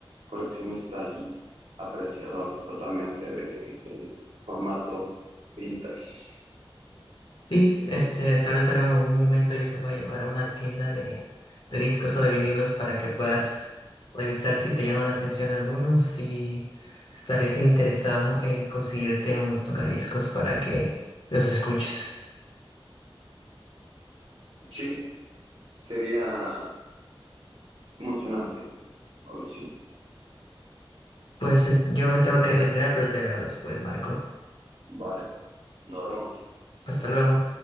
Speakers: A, on the right; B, on the left.
A: coleccionista y apreciador totalmente del formato vintage.
B: Sí, este, tal vez en algún momento yo te voy a llevar a una tienda de, de discos o de vinilos para que puedas revisar si te llama la atención alguno o si estarías interesado en conseguirte un tocadiscos para que los escuches.
A: Sí, sería emocionante, Mauricio.
B: Pues eh, yo me tengo que retirar, pero te veo después, Marco.
A: Vale, nos vemos.
B: Hasta luego.